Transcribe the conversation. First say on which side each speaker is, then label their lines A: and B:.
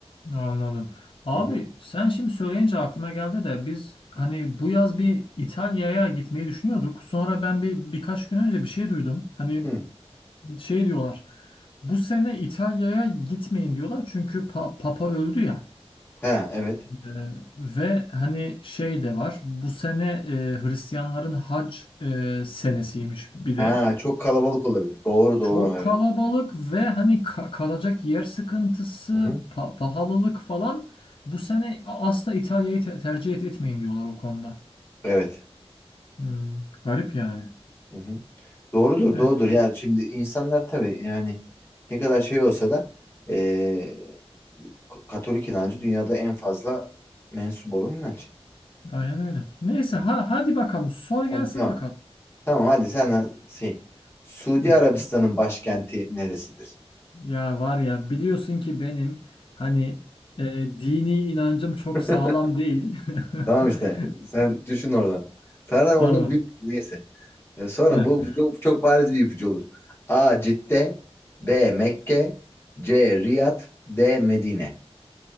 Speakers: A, on the left; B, on the left.
A: Anladım. Abi
B: Hı hı.
A: sen şimdi söyleyince aklıma geldi de biz hani bu yaz bir İtalya'ya gitmeyi düşünüyorduk. Sonra ben bir birkaç gün önce bir şey duydum. Hani
B: Hı.
A: şey diyorlar. Bu sene İtalya'ya gitmeyin diyorlar çünkü pa- Papa öldü ya.
B: Ha evet.
A: Ee, ve hani şey de var. Bu sene e, Hristiyanların hac e, senesiymiş bir
B: Ha
A: de.
B: çok kalabalık olabilir. Doğru
A: Çok
B: doğru
A: kalabalık
B: evet.
A: ve hani ka- kalacak yer sıkıntısı,
B: Hı hı.
A: pa- pahalılık falan. Bu sene asla İtalya'yı te- tercih et- etmeyin diyorlar o konuda.
B: Evet.
A: Hmm, garip yani.
B: Hı hı. Doğrudur,
A: Evet,
B: doğrudur. Yani şimdi insanlar tabii yani ne kadar şey olsa da eee, K- Katolik inancı dünyada en fazla mensup olan inanç.
A: aynen öyle. Neyse
B: Hı.
A: ha hadi bakalım sor gelsin
B: Heh, tamam.
A: bakalım.
B: Tamam hadi sen de şey. Suudi
A: Hı.
B: Arabistan'ın başkenti neresidir?
A: Ya var ya biliyorsun ki benim hani e, dini inancım çok
B: <laughs>
A: sağlam değil.
B: Tamam
A: <laughs>
B: işte. Sen düşün oradan. Sonra
A: Tamam.
B: onu bir neyse. E, Sonra
A: Heh.
B: bu çok, çok bariz bir ipucu olur. A. Cidde B. Mekke C. Riyad D. Medine.